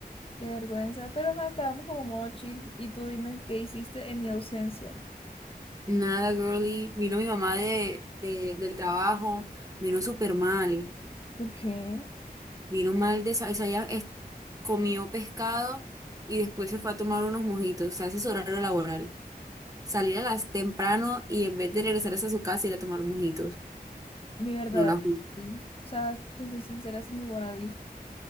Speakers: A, on the left (about 35°); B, on the right (about 20°).
A: qué vergüenza, pero ajá, estábamos como modo chill y tú dime qué hiciste en mi ausencia,
B: Nada, girly. Vino mi mamá de, de- del trabajo, vino súper mal.
A: porque
B: Vino mal de, sa- o sea, ella es- comió pescado y después se fue a tomar unos mojitos, o sea, ese es su horario laboral. Salir a las temprano y en vez de regresarse a su casa ir a tomar mojitos.
A: mi verdad,
B: No la juzgo.
A: sí, o sea, te soy sincera, es mi wannabe.